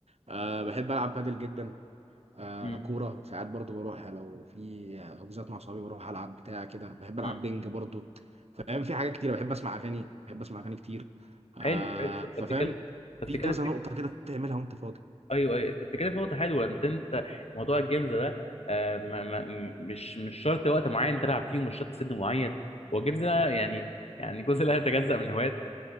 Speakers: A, on the right; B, on the left.
A: أه بحب العب بادل جدا آه
B: مم.
A: كورة ساعات برضو بروح لو في حجوزات مع صحابي بروح ألعب بتاع كده بحب ألعب
B: مم.
A: بينج برضو فاهم في حاجات كتير بحب أسمع أغاني بحب أسمع أغاني كتير
B: حلو
A: آه
B: حلو انت
A: ففاهم
B: بتتكلم انت
A: في
B: بتتكلم
A: كذا
B: في...
A: نقطة كده تعملها وأنت فاضي
B: ايوه ايوه انت بتتكلم في نقطه حلوه انت انت موضوع الجيمز ده آه، ما... ما... مش مش شرط وقت معين تلعب فيه ومش شرط سن معين هو الجيمز ده يعني يعني جزء لا يتجزأ من هوايات